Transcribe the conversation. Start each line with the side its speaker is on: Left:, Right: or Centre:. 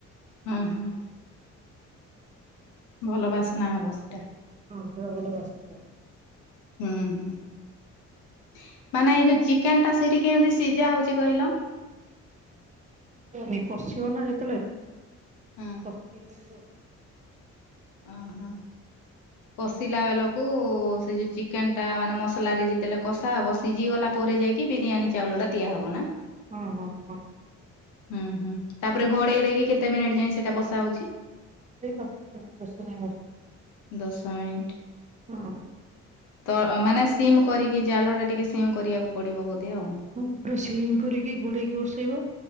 Left: ହଁ, ହଁ। ଭଲ ବାସ୍ନା ହବ ସେଟା।
Right: ହଁ ସେ ଭଲ ବାସ୍ନା ଦବ।
Left: ହୁଁ, ହୁଁ ମାନେ ଏଇ ଯୋଉ ଚିକେନ୍ ଟା ସେଇଠି କେମିତି ସିଝା ହଉଛି କହିଲ?
Right: ନେ-କଷିବ ନା ଯେତେଳେ
Left: ହଁ।
Right: କଷିକି କରିବ ଆଉ।
Left: ଅଁ, ହଁ। କଷିଲା ବେଲକୁ ସେ ଯୋଉ ଚିକେନ୍ ଟା ମାନେ ମସଲାରେ ଯେତେଲଃ କଷାହବ ସିଜିଗଲା ପରେ ଯାଇକି ବିରିୟାନୀ ଚାଉଳଟା ଦିଆହବ ନା?
Right: ହଁ, ହଁ, ହଁ।
Left: ହୁଁ, ହୁଁ ତାପରେ ଘୋଡେଇ ଦେଇକି କେତେ ମିନିଟ୍ ଯାଏ ସେଇଟା ବସା ହଉଛି?
Right: ଏଇ ଦଶ ମିନିଟ୍ <inaudible>
Left: ଦଶ ମିନିଟ୍।
Right: ହଁ।
Left: ତ ଆ, ମାନେ ସିମ୍ କରିକି ଜାଲଟା ଟିକେ ସିମ୍ କରିବାକୁ ପଡିବ ବୋଧେ ଆଉ?
Right: <unintelligible> ପୁରା ସିମ୍ କରିକି ଘୋଡେଇକି ବସେଇବ,